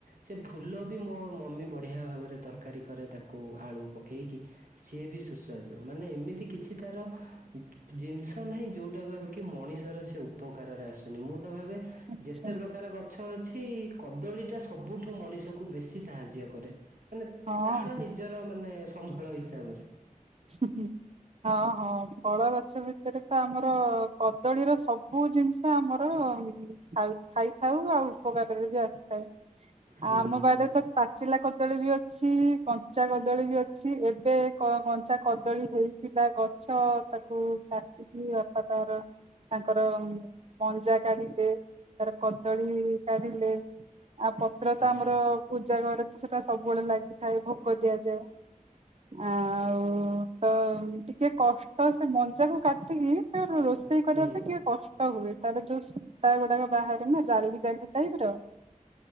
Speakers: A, on the right; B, on the right.
A: ସେ ଫୁଲ ବି ମୋ ମମି ବଢ଼ିଆ ଭାବରେ ତରକାରୀ କରେ ତାକୁ ଆଳୁ ପକାଇକି ସିଏ ବି ସୁସ୍ୱାଦୁ। ମାନେ ଏମିତି କିଛି ତାର ଜିନିଷ ନାହିଁ ଯୋଉଟା କି ମଣିଷର ସେ ଉପକାରରେ ଆସୁନି ମୁଁ ତ ଭାବେ
B: ଆଚ୍ଛା
A: ଯେତେ ପ୍ରକାର ଗଛ ଅଛି କଦଳୀ ଟା ସବୁଠୁ ମଣିଷକୁ ବେଶୀ ସାହାଯ୍ୟ କରେ। ମାନେ
B: ହଁ
A: ତାର ନିଜର ମାନେ ସମ୍ବଳ ହିସାବରେ।
B: ହୁ ହୁଁ ହଁ ହଁ ଫଳ ଗଛ ଭିତରେ ତ ଆମର କଦଳୀର ସବୁ ଜିନି ଆମର ଖାଉ ଖାଇଥାଉ ଆଉ ଉପକାରରେ ବି ଆସିଥାଏ।
A: ହୁଁ
B: ଆ ଆମ
A: ହୁଁ
B: ପାଖ ରେ ତ ପାଚିଲା କଦଳୀ ବି ଅଛି କଞ୍ଚା କଦଳୀ ବି ଅଛି ଏବେ କ ତା କଦଳୀ ହେଇଥିଲା ଗଛ ତାକୁ କାଟିକି ବାପା ତାର ତାଙ୍କର ମଞ୍ଜା କାଢିବେ, ତାର କଦଳୀ ହୁ କାଢିଲେ ଆଉ ପତ୍ର ତ
A: ଆଚ୍ଛା।
B: ଆମର ପୂଜା ଘରେ ତ ସେଟା ସବୁବେଳେ ଲାଗିଥାଏ ଭୋକ ଦିଆଯାଏ ଆଉ ହ ତ ଟିକେ କଷ୍ଟ ସେ ମଞ୍ଜା କୁ କାଟିକି ଟିକେ ରୋଷେଇ କରିବା
A: ହୁଁ।
B: ଟିକେ କଷ୍ଟ ହୁଏ, ତାର ଯୋଉ ସୂତା ଗୁଡାକ ବାହାରେ ନା ଜାଲବି ଜାଲବି ଟାଇପ ର